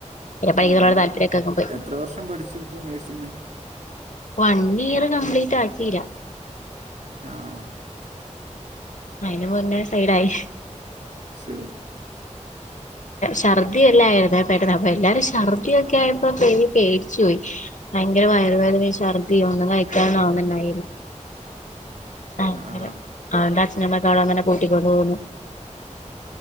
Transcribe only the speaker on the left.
പിന്നെ പഠിക്കുന്നതിനോട്
താല്പര്യമൊക്കെ അങ്ങ് പോയി
വൺ ഇയർ കംപ്ലീ റ്റാക്കില്ല
അയിന് മുന്നേ സൈഡായി
ഛർദിഎല്ലാം ആയിരുന്നേ പെട്ടന്ന് അപ്പൊ എല്ലാരും ശർദ്ധി ഒക്കെ ആയപ്പോ പേ പേട്ച്ചു പോയി ഭയങ്കര വയർ വേദനയുംശർദ്ദി ഒന്നുംകഴിക്കാൻ ആവുന്നുണ്ടായില്ല അങ്ങനെ
അഓണ്ട് അച്ഛനും അമ്മേക്കെ അവിടെ വന്നെന്നെ കൂട്ടി കൊണ്ട് പൊന്നു